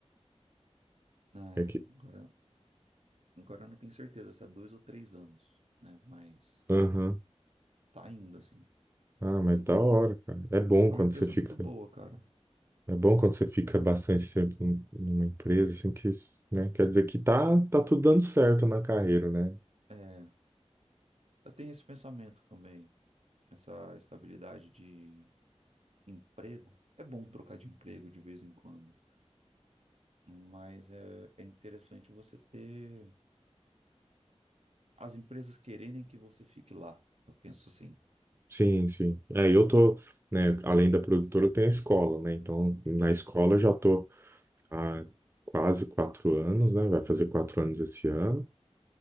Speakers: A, on the right (about 70°); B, on the right (about 20°).
A: Ah,
B: É
A: é,
B: que...
A: agora, agora eu não tenho certeza se é dois ou três anos, né? Mas
B: Aham.
A: tá indo, assim.
B: Ah, mas da hora, cara. É bom
A: É
B: quando
A: uma empresa
B: você fica...
A: muito boa, cara.
B: É bom quando você fica bastante tempo num- numa empresa, assim, que, né, quer dizer que tá, tá tudo dando certo na carreira, né?
A: É, eu tenho esse pensamento também, essa estabilidade de emprego. É bom trocar de emprego de vez em quando, mas é, é interessante você ter as empresas quererem que você fique lá. Eu penso assim,
B: Sim, sim. É, eu tô, né, além da produtora, eu tenho a escola, né? Então, na
A: lembro.
B: escola eu já tô há quase quatro anos, né? Vai fazer quatro anos esse ano.